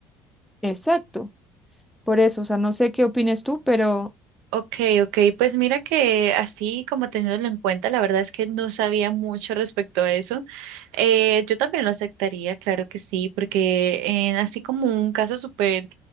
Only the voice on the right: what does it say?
Okay, okay, pues mira que así como teniéndolo en cuenta, la verdad es que no sabía mucho respecto a eso. Eh, yo también lo aceptaría, claro que sí, porque en así como un caso súper